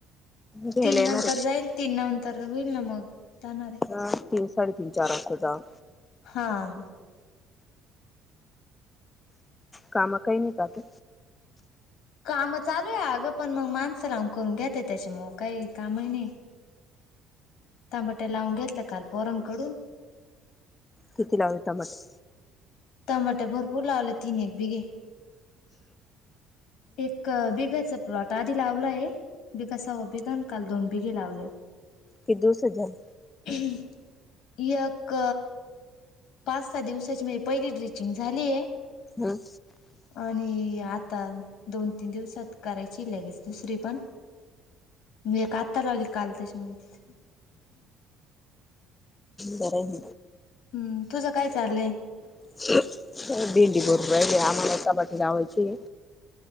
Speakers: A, on the left (about 25°); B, on the left (about 65°).
A: घ्यायला
B: तीन
A: येणार
B: नंतर जाईल, तीन नंतर होईल ना मग. जाणार आहे.
A: अ तीन, साडेतीन चार वाजता जाव.
B: हां.
A: कामं काही नाहीत आता.
B: काम चालू आहे अगं. पण मग माणसं लावून करून घेते, त्याच्यामु काही कामही नाही. तांबाटे लावून घेतले काल पोरांकडून.
A: किती लावले टमाटे?
B: तांमाटे भरपूर लावलेत, तीन एक बीघे. एक बिघयचा प्लॉट आधी लावला आहे. बीघ सव्वा बिघाण काल दोन बिघे लावलं.
A: किती दिवसात झालं?
B: <unintelligible> यक पाच सहा दिवसाची, म्ह पहिली ड्रिचिंग झालीये.
A: हम्म.
B: आणि आता दोन तीन दिवसात करायची, लगेच दुसरीपण. मी एक आता लावली, काल त्याच्या मधली.
A: बर हाय मग.
B: हम्म, तुझं काय चाललंय?
A: <unintelligible> भेंडी भरून राहिले, आम्हाला <unintelligible> लावायची.